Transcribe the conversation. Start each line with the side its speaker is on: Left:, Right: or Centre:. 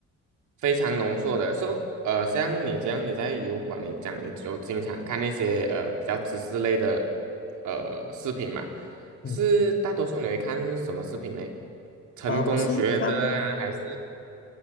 Right: 非常浓缩的。So，呃，像你这样，你在油管，你讲你就经常看那些呃比较知识类的呃视频嘛，
Left: 嗯
Right: 是大多数你会看什么视频呢？成功学的啊，
Left: 呃，我是看
Right: 还是